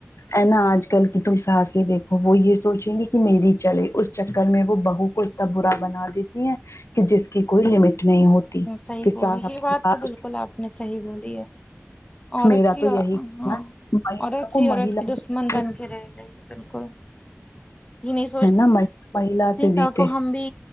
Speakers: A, on the left; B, on the left.
A: آ ہ نا آج کل کی تم سات سے دیکھو وہ یہ سوچیں گے میری چلے اس چکر میں وہ بہو کو اتنا برا بنا دیتی ہیں کہ جس کی کوئی لمٹ نہیں ہوتی
B: صحیح
A: فسال
B: بولی یہ
A: اپنے
B: بات
A: پاس
B: تو بالکل آپ نے صحیح بولی ہے عورت
A: میرا
B: ہی
A: تو
B: اور-
A: یہی کہنا
B: ہاں
A: مہ
B: عورت
A: کو
B: ہی عورت
A: مہلا
B: کی دشمن
A: سے
B: بن کے رہ گئی ہے، بالکل یہ نہیں سوچ
A: ہے نا مہیلا سے جیتے
B: کل کو ہم بھی